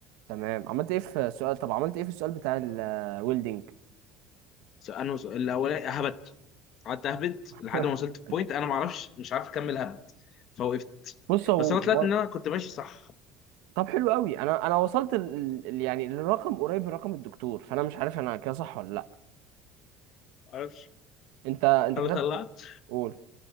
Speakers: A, on the right; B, on the left.
A: تمام عملت ايه في السؤال طب عملت ايه في السؤال بتاع الويلدنج
B: انا سؤال الاولاني هبت قعدت اهبد
A: <laughs>
B: لحد ما وصلت بوينت انا ما اعرفش مش عارف اكمل هبد فوقفت
A: بص هو
B: بس انا طلعت
A: هو-
B: ان انا كنت ماشي صح
A: طب حلو قوي انا انا وصلت ال... ال- ال- يعني للرقم قريب من رقم الدكتور فانا مش عارف انا كده صح ولا لا
B: ما اعرفش
A: انت انت
B: انا
A: كتبت
B: طلعت
A: قول